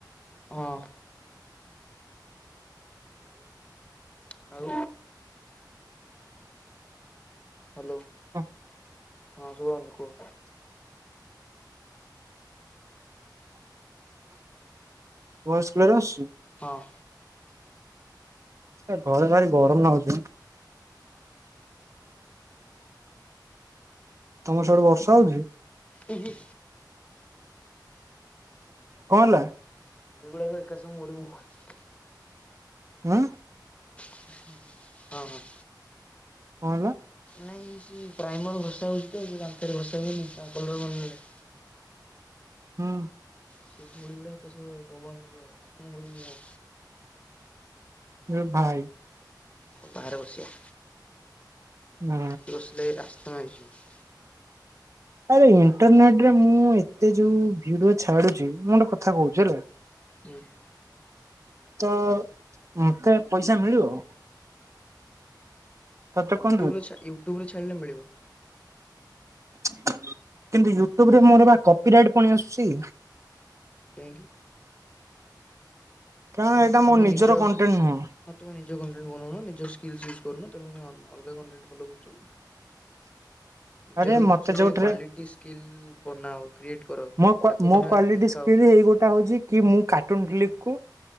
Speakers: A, on the left; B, on the right.
A: ହଁ। ଆଉ ହ୍ୟାଲୋ।
B: ହ
A: ହଁ ଶୁଭମ୍ କୁହ।
B: ଭୟସ୍ କ୍ଲିଅର୍ ଆସୁଛି।
A: ହଁ।
B: ଏ ଘରେ ଭାରି ଗରମ ନାଗୁଛି ମ। ତମର ସିଆଡେ ବର୍ଷା ହଉଛି?
A: ଇ ହି।
B: କଣ ହେଲା?
A: <unintelligible> ଏକା ସଙ୍ଗ ମୋରି <unintelligible>
B: ହୁଁ।
A: ହଁ ହଁ।
B: କଣ ହେଲା?
A: ନାଇଁ ସିଏ ପ୍ରାଇମର ଘସା ହଉଛି ତ ଦାନ୍ତ ରେ ଘସା ହୁଏନି ତା କଲର <unintelligible>
B: ହଁ।
A: ସେ ଧୁଳି ଗୁଡା କ ସବୁ ପବନର ମୋରି ମୁହଁ
B: ଜଣେ ଭାଇ
A: ଆଉ ବାହାରେ ବସିିବା।
B: ନା
A: ଏଠି ବସିଲେ ରାସ୍ତା ମାଇ ଯିବ।
B: ଆରେ ଇଣ୍ଟରନେଟ ରେ ମୁଁ ଏତେ ଯୋଉ ଭିଡିଓ ଛାଡୁଛି। ମୁଁ ଗୋଟେ କଥା କହୁଛି ହେଲା।
A: ହୁଁ।
B: ତ ମତେ ପଇସା ମିଳିବ? ତତେ
A: ୟୁଟୁଵରେ
B: କଣ
A: ଛା ୟୁଟୁବ ରେ ଛାଡ଼ିଲେ ମିଳିବ।
B: <unintelligible> କିନ୍ତୁ ୟୁଟୁବରେ ମୋର ବା କପିରାଇଟ ପୁଣି ଆସୁଛି।
A: କାହିଁକି?
B: କାରଣ
A: ତମେ
B: ଏଇଟା
A: ତମେ
B: ମୋ ନିଜର
A: ନିଜ
B: କଣ୍ଟେଣ୍ଟ ନୁହଁ।
A: ହଁ ତମେ ନିଜ କଣ୍ଟେଣ୍ଟ ବନଉନ। ନିଜ ସ୍କିଲ୍ସ ୟୁଜ କରୁନ। ତମେ କାଇଁ ଅନ ଅଲଗା କଣ୍ଟେଣ୍ଟ ଫଲୋ କରୁଚି କି?
B: <unintelligible>
A: ନିଜର
B: ମତେ
A: କିଛି ଗୋଟେ
B: ଯୋଉଥିରେ
A: କ୍ୱାଲିଟି ସ୍କିଲ୍ସ ବନାଅ କ୍ରିଏଟ୍ କର।
B: ମୋ କ୍
A: ତାକୁ
B: ମୋ
A: ତମେ
B: କ୍ୱାଲିଟି
A: ଦେଖାଅ।
B: ସ୍କିଲ୍ ଏଇ ଗୋଟା ହଉଚି କି ମୁଁ କାର୍ଟୁନ କ୍ଲିପକୁ